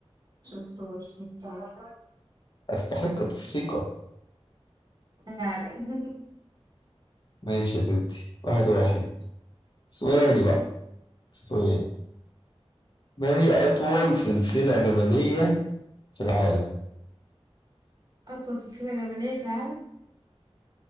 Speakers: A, on the right; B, on the left.
A: شطار شطار
B: أستحق تصفيقة
A: فعلا <laughs>
B: ماشي يا ستي واحد واحد سؤالي بقى سؤال ما هي أطول سلسلة جبلية في العالم؟
A: اطول سلسلة جبلية في العالم